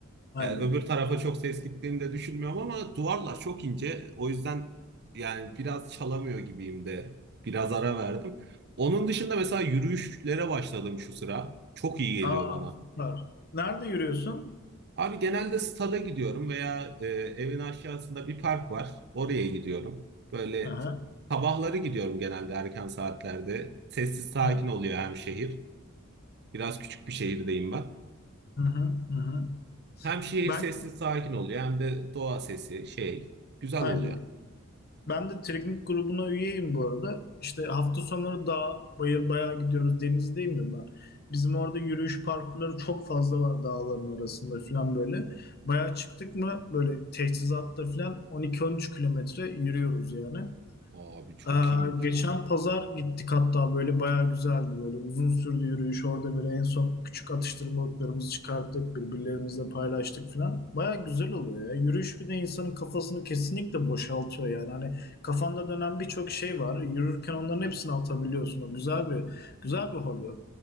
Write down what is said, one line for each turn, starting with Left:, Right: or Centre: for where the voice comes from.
Left: Aynen.
Right: Yani öbür tarafa çok ses gittiğini de düşünmüyorum ama duvarlar çok ince. O yüzden yani biraz çalamıyor gibiyim de. Biraz ara verdim. Onun dışında mesela yürüyüşlere başladım şu sıra. Çok iyi geliyor
Left: Aa,
Right: bana.
Left: süper. Nerede yürüyorsun?
Right: Abi genelde stada gidiyorum veya e, evin aşağısında bir park var. Oraya gidiyorum. Böyle
Left: Aha,
Right: sabahları gidiyorum genelde erken saatlerde. Sessiz sakin
Left: ha,
Right: oluyor hem şehir. Biraz küçük bir şehirdeyim ben.
Left: Hı hı, hı hı.
Right: Hem şehir
Left: Ben
Right: sessiz sakin oluyor hem de doğa sesi şey güzel
Left: aynen.
Right: oluyor.
Left: Ben de trekking grubuna üyeyim bu arada. İşte hafta sonları dağ, bayır bayağı gidiyoruz. Denizdeyim mi ben? Bizim orada yürüyüş parkurları çok fazla var dağların arasında falan böyle. Bayağı çıktık mı böyle teçhizatta falan on iki on üç kilometre yürüyoruz yani.
Right: Abi çok
Left: Ee,
Right: iyiymiş
Left: geçen
Right: ha.
Left: pazar gittik hatta böyle bayağı güzeldi böyle uzun sürdü yürüyüş orada böyle en son küçük atıştırmalıklarımızı çıkarttık birbirlerimizle paylaştık falan bayağı güzel oluyor ya yürüyüş bir de insanın kafasını kesinlikle boşaltıyor yani hani kafanda dönen birçok şey var yürürken onların hepsini atabiliyorsun o güzel bir güzel bir hobi.